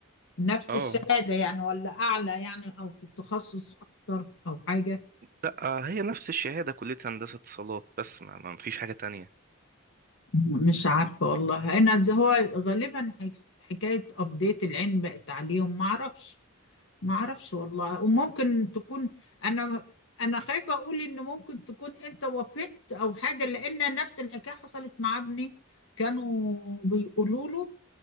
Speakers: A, on the left; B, on the right.
A: نفس
B: اه
A: الشهادة يعني ولا أعلى يعني أو في التخصص أكتر أو حاجة
B: لا هي نفس الشهاده كليه هندسه اتصالات بس ما, ما فيش حاجه تانية
A: مش عارفة والله أنا زي هو غالبا حك... حكاية أبديت العلم بقت عليهم ما أعرفش ما أعرفش والله وممكن تكون أنا أنا خايفة أقول إن ممكن تكون أنت وافقت أو حاجة لأن نفس الحكاية حصلت مع ابني كانوا بيقولوا له